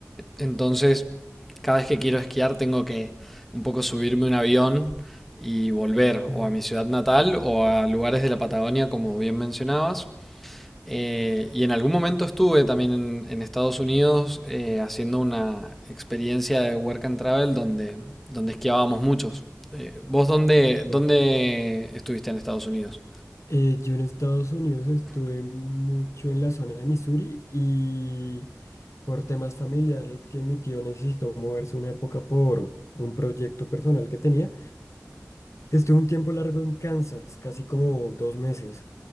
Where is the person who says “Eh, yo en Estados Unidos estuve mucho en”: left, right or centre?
Left